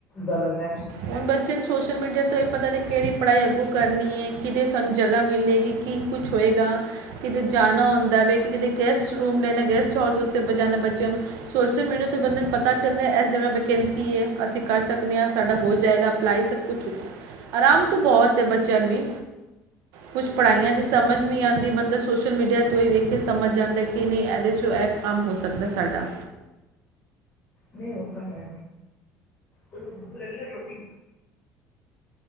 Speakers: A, on the left (about 25°); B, on the right (about 70°).
A: ਗਲਤ ਹੈ।
B: ਹੁਣ ਬੱਚੇ ਨੂੰ ਸੋਸ਼ਲ ਮੀਡੀਆ ਤੋਂ ਇਹ ਪਤਾ ਕਿਹੜੀ ਪੜ੍ਹਾਈ ਅੱਗੋਂ ਕਰਨੀ ਹੈ। ਕਿਤੇ ਸਾਨੂੰ ਜਗ੍ਹਾ ਮਿਲੇਗੀ ਕੀ ਕੁਛ ਹੋਏਗਾ ਕਿਤੇ ਜਾਣਾ ਹੁੰਦਾ ਕਿ ਕਿਤੇ ਗੈਸਟ ਰੂਮ ਲੈਣਾ ਗੈਸਟ ਹਾਊਸ ' ਜਾਣਾ ਬੱਚਿਆਂ ਨੂੰ ਸੋਸ਼ਲ ਮੀਡੀਆ ਤੋਂ ਬੰਦੇ ਨੂੰ ਪਤਾ ਚੱਲਦਾ ਇਸ ਜਗ੍ਹਾ ਵੈਕੈਂਸੀ ਹੈ। ਅਸੀਂ ਕਰ ਸਕਦੇ ਹਾਂ ਸਾਡਾ ਹੋ ਜਾਏਗਾ ਅਪਲਾਈ ਸਭ ਕੁਛ ਆਰਾਮ ਤੋਂ ਬਹੁਤ ਹੈ। ਬੱਚਿਆਂ ਨੂੰ ਵੀ ਕੁਛ ਪੜ੍ਹਾਈਆਂ ਦੀ ਸਮਝ ਨਹੀਂ ਆਉਂਦੀ ਬੰਦਾ ਸੋਸ਼ਲ ਮੀਡੀਆ ਤੋਂ ਹੀ ਵੇਖ ਕੇ ਸਮਝ ਆਉਂਦਾ ਕਿ ਨਹੀਂ ਇਹਦੇ ਇਹ ਕੰਮ ਹੋ ਸਕਦਾ ਸਾਡਾ
A: ਨਹੀਂ ਹੋ ਤਾਂ ਹੈ ਬ ਮੰ